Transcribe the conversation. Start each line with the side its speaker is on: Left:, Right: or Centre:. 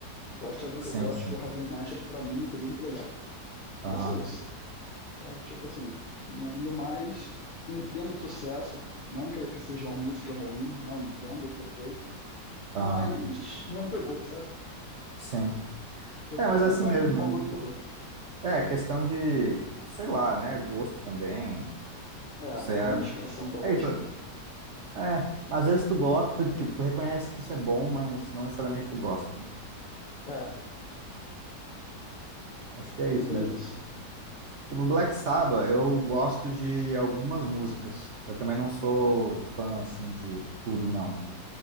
Left: Eu, achava
Right: Sim,
Left: que, eu acho
Right: sim.
Left: que o Hard Day's Night, pra mim, foi muito legal.
Right: Aham.
Left: Mas é só isso, sabe? Tipo assim, no, no mais, entendo o sucesso, não que, que seja uma música ruim, não entendo, perfeito,
Right: Aham.
Left: mas não pegou, sabe?
Right: Sim.
Left: Eu
Right: É,
Left: falo
Right: mas
Left: assim,
Right: é assim
Left: ah,
Right: mesmo.
Left: muito bom, mas
Right: né?
Left: não pegou.
Right: É, questão de, sei lá, né, gosto também.
Left: É,
Right: Não sei, é,
Left: identificação talvez
Right: é isso.
Left: com...
Right: É, às vezes tu gosta, tu, tipo, tu reconhece que isso é bom, mas não necessariamente tu gosta.
Left: É,
Right: Acho que
Left: bem,
Right: é isso
Left: bem
Right: mesmo.
Left: isso.
Right: O Black Sabbath, eu gosto de algumas músicas. Eu também não sou fã, assim, de tudo, não.